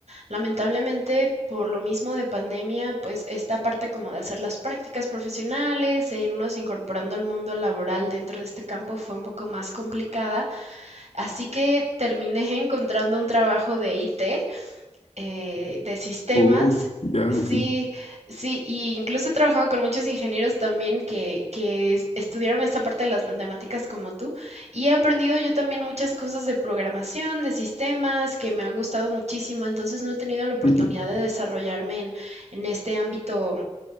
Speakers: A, on the right (about 75°); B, on the left (about 80°).
A: Lamentablemente, por lo mismo de pandemia, pues esta parte como de hacer las prácticas profesionales e irnos incorporando al mundo laboral dentro de este campo fue un poco más complicada, así que terminé <laughs> encontrando un trabajo de IT eh, de sistemas.
B: Oh, ya,
A: Sí,
B: ok.
A: sí, y incluso he trabajado con muchos ingenieros también que, que es- estudiaron esta parte de las matemáticas como tú, y he aprendido yo también muchas cosas de programación, de sistemas, que me han gustado muchísimo, entonces no he tenido la oportunidad
B: <laughs>
A: de desarrollarme en, en este ámbito